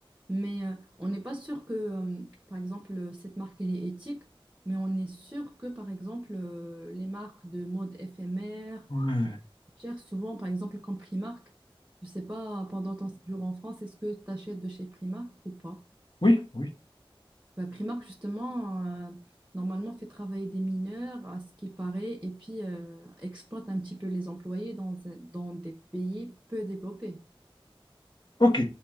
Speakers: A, on the right; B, on the left.
A: Mais euh, on n'est pas sûr que, euh, par exemple, euh, cette marque, elle est éthique, mais on est sûr que, par exemple, euh, les marques de mode éphémère
B: Ouais.
A: ou chères, souvent, par exemple, comme Primark, je sais pas, pendant ton séjour en France, est-ce que tu achètes de chez Primark ou pas?
B: Oui, oui.
A: Bah, Primark, justement, euh, normalement, fait travailler des mineurs, à ce qu'il paraît, et puis euh, exploite un petit peu les employés dans, dans des pays peu développés.
B: Ok.